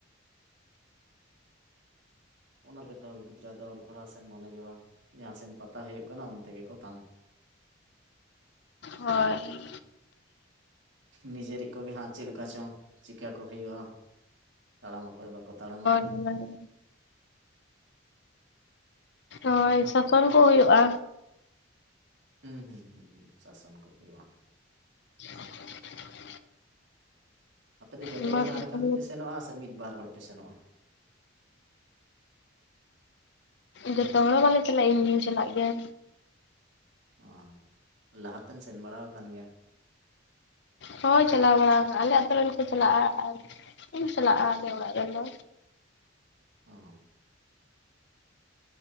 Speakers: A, on the right; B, on the left.
A: ᱚᱱᱟ ᱜᱮᱛᱚ ᱜᱤᱫᱽᱨᱟᱹ ᱫᱚ ᱚᱞ ᱯᱟᱲᱦᱟᱣ ᱥᱮᱫ ᱢᱚᱱᱮ ᱜᱮ ᱵᱟᱝ, ᱡᱟᱦᱟᱸ ᱥᱮᱱ ᱯᱟᱛᱟ ᱦᱩᱭᱩᱜ ᱠᱟᱱᱟ ᱚᱱᱛᱮ ᱜᱮᱠᱚ ᱛᱟᱢ᱾
B: ᱦᱳᱭ᱾
A: ᱱᱤᱡᱮᱨᱤᱡ ᱠᱚᱜᱮ ᱦᱟᱸᱜ ᱪᱮᱫ ᱞᱮᱠᱟ ᱪᱚ ᱪᱤᱠᱟ. ᱠᱚ ᱦᱩᱭᱩᱜᱼᱟ ᱛᱟᱲᱟᱢ ᱚᱠᱚᱭ ᱵᱟᱠᱚ ᱛᱟᱲᱟᱢᱟ
B: ᱚᱱᱟ ᱜᱮ ᱦᱚᱭ ᱥᱟᱥᱚᱱ ᱠᱚ ᱦᱩᱭᱩᱜᱼᱟ
A: ᱦᱩᱸ ᱦᱩᱸ ᱦᱩᱸ ᱦᱩᱸ ᱥᱟᱥᱟᱱ ᱠᱚ ᱦᱩᱭᱩᱜᱼᱟ᱾
B: <inaudible>
A: ᱟᱯᱮ ᱫᱚ ᱡᱚᱛᱚ
B: ᱚᱱᱟ
A: ᱜᱮ ᱵᱟᱦᱨᱮ
B: ᱥᱟᱥᱚᱱ
A: ᱠᱟᱹᱢᱤ ᱯᱮ ᱥᱮᱱᱚᱜᱼᱟ ᱥᱮ ᱢᱤᱫ ᱵᱟᱨ ᱦᱚᱲ ᱯᱮ ᱥᱮᱱᱚᱜᱼᱟ
B: ᱡᱚᱛᱚ ᱦᱚᱲ ᱵᱟᱞᱮ ᱪᱟᱞᱟᱜ ᱤᱧ ᱜᱤᱧ ᱪᱟᱞᱟᱜ ᱜᱮᱭᱟ᱾
A: ᱚ ᱞᱟᱦᱟᱛᱮᱢ ᱥᱮᱱ ᱵᱟᱲᱟᱣ ᱟᱠᱟᱱ ᱜᱮᱭᱟ᱾
B: ᱦᱚᱭ ᱪᱟᱞᱟᱣ ᱵᱟᱲᱟᱣᱟᱠ ᱟᱞᱮ ᱟᱛᱚ ᱨᱮᱱ ᱠᱚ ᱪᱟᱞᱟᱜᱼᱟ ᱟᱨ ᱤᱧ ᱥᱟᱞᱟᱜ ᱟᱞᱮ ᱚᱲᱟᱜ ᱨᱤᱱ ᱫᱚ᱾
A: ᱚᱸ